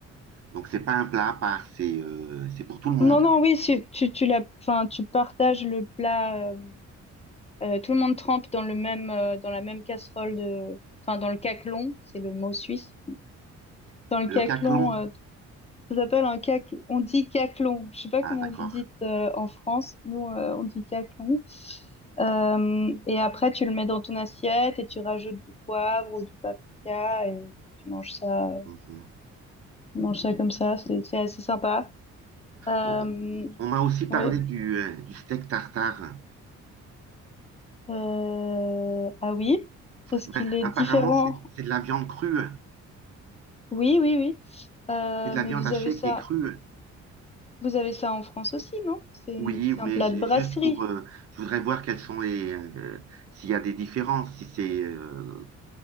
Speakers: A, on the right; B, on the left.
A: Donc c'est pas un plat à part, c'est euh, c'est pour tout le monde.
B: Non, non, oui, c'est- tu, tu la, enfin, tu partages le plat. euh, Euh, tout le monde trempe dans le même, euh, dans la même casserole de, enfin, dans le caclon, c'est le mot suisse. Dans le
A: Le
B: caclon,
A: caclon.
B: euh, ça s'appelle un caclon. On dit caclon. Je sais pas
A: Ah
B: comment
A: d'accord.
B: vous dites euh, en France. Nous, euh, on dit caclon. Euh, et après, tu le mets dans ton assiette et tu rajoutes du poivre ou du paprika et tu manges ça, euh,
A: Mhm.
B: tu manges ça comme ça. C'est, c'est assez sympa. Euh,
A: Bon, On m'a aussi parlé
B: oui.
A: du, euh, du steak tartare.
B: Euh, ah oui. Est-ce
A: Ben,
B: qu'il est
A: apparemment,
B: différent
A: c'est c'est de la viande crue.
B: Oui, oui, oui. Euh,
A: C'est de la
B: mais
A: viande
B: vous
A: hachée
B: avez ça,
A: qui est crue.
B: vous avez ça en France aussi, non? C'est une-
A: Oui,
B: c'est
A: mais
B: un plat
A: j-
B: de brasserie.
A: juste pour... euh, je voudrais voir quelles sont les... euh, s'il y a des différences, si c'est... euh,